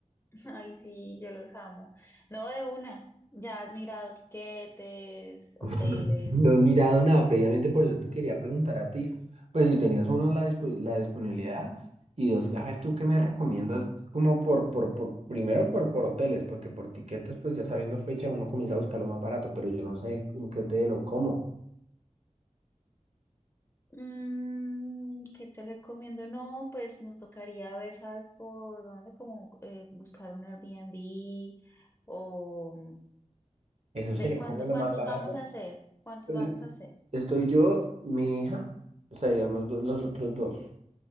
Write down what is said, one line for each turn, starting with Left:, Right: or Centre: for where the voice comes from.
Left: <laughs> Ay, sí, yo los amo. No de una. ¿Ya has mirado tiquetes, hoteles?
Right: No, no, no he mirado nada previamente, por eso te quería preguntar a ti, pues si tenías uno la, dispo- la disponibilidad y dos, a ver, ¿tú qué me recomiendas? Como por, por, por, primero por, por hoteles, porque por tiquetes, pues ya sabiendo fecha uno comienza a buscar lo más barato, pero yo no sé en qué hotel o cómo.
Left: Mm, ¿qué te recomiendo? No, pues nos tocaría ver, ¿sabes por dónde? Como eh, buscar un Airbnb o mm,
Right: Eso
Left: de
Right: sería
Left: cuándo,
Right: como lo
Left: ¿cuántos
Right: más barato.
Left: vamos a hacer? ¿Cuántos
Right: Pues,
Left: vamos a hacer?
Right: Estoy yo, mi hija, seríamos do- los otros dos